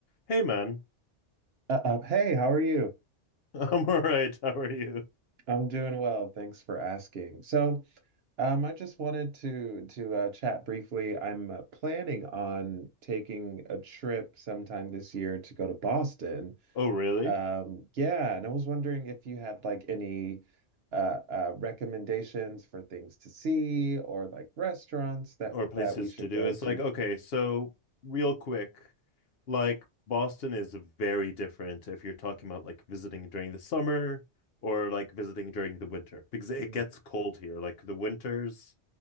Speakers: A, on the left; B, on the right.
A: Hey man,
B: Uh, uh, hey, how are you?
A: <laughs> I'm all right. How are you?
B: I'm doing well. Thanks for asking. So, um, I just wanted to to uh, chat briefly. I'm uh, planning on taking a trip sometime this year to go to Boston.
A: Oh, really?
B: Um, yeah, and I was wondering if you had like any uh, uh, recommendations for things to see or like restaurants that
A: Or places
B: that we should
A: to do.
B: go
A: It's
B: to.
A: like, okay, so real quick, like Boston is very different if you're talking about like visiting during the summer or like visiting during the winter because it
B: Hmm.
A: gets cold here. Like the winters